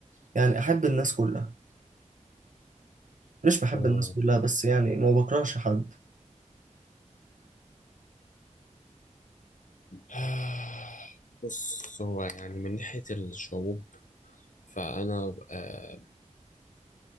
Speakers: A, on the right; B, on the left.
A: يعني احب الناس كلها مش بحب
B: انا
A: الناس كلها بس يعني ما بكرهش حد
B: <sighs> بص هو يعني من ناحيه الشعوب فانا آه،